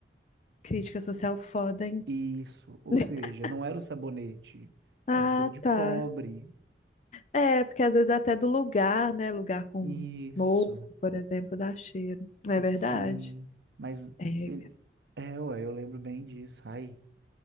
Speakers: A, on the left; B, on the right.
A: crítica social foda, hein?
B: Isso, ou
A: <laughs>
B: seja, não era o sabonete,
A: Ah,
B: era o cheiro de pobre.
A: tá. É, porque às vezes é até do lugar, né? Lugar com
B: Isso,
A: mofo, por exemplo, dá cheiro. Não é verdade?
B: sim. Mas
A: É.
B: ele... É, ué, eu lembro bem disso. Ai.